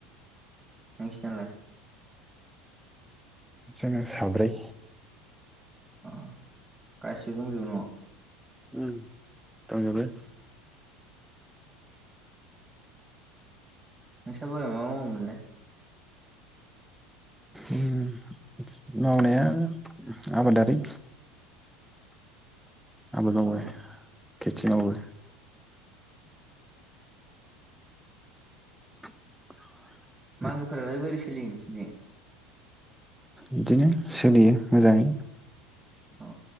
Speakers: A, on the right; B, in the centre.
A: नोंसिनालाय?
B: जोंना साब्रै
A: अ गासिबो दंजोबो न'वाव
B: उम दंजोबो?
A: नोंसा बाबाया मा मावोमोनलाय?
B: उम मावनाया आबादारि आबाद मावो
A: अ ओ
B: खेथि मावो- <inaudible>
A: मागोफोरालाय बोरै सोलियो नोंसोरनिथिंजाय
B: बिदिनो सोलियो मोजाङै।
A: अ